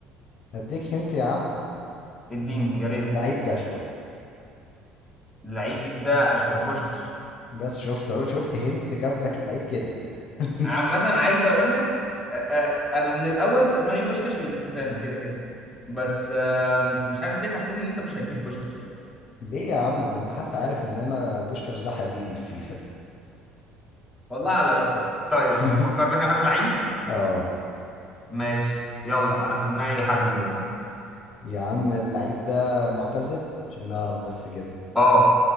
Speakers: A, on the left (about 55°); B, in the centre.
A: اديك هنت يا عم
B: اديني يا ريت
A: اللعيب ده اشول
B: اللعيب ده اشول بوشكش
A: بس شفت اهو شفت هنت جاب لك اللعيب كده <laughs>
B: عامه عايز اقول لك أه أه انا من الاول في دماغي بوشكش ودي ستيفانو كده كده بس أه مش عارف ليه حسيت ان انت مش هتجيب بوشكش يعني
A: ليه يا عم ده انت حتى عارف ان انا بوشكاش ده حبيبي في فيفا
B: والله على رايك طيب
A: <laughs>
B: افكر لك انا في لعيب
A: اه
B: ماشي يلا انا في دماغي حد دلوقتي
A: يا عم اللعيب ده معتزل عشان نعرف بس كده
B: اه